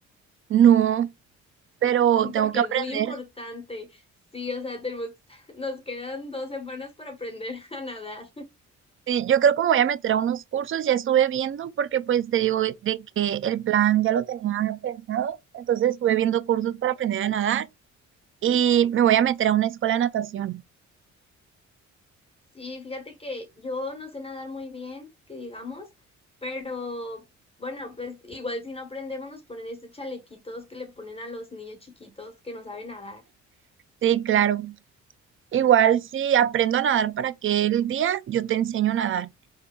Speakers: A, on the right; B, on the left.
A: No, pero
B: <laughs>
A: tengo
B: Porque
A: que aprender.
B: es muy importante. Sí, o sea, tenemos, <laughs> nos quedan dos semanas para aprender <laughs> a nadar.
A: Sí, yo creo que me voy a meter a unos cursos, ya estuve viendo porque pues te digo de que el plan ya lo tenía pensado, entonces estuve viendo cursos para aprender a nadar y me voy a meter a una escuela de natación.
B: Sí, fíjate que yo no sé nadar muy bien, que digamos, pero bueno, pues igual si no aprendemos nos ponen estos chalequitos que le ponen a los niños chiquitos que no saben nadar.
A: Sí, claro. Igual si aprendo a nadar para aquel día, yo te enseño a nadar.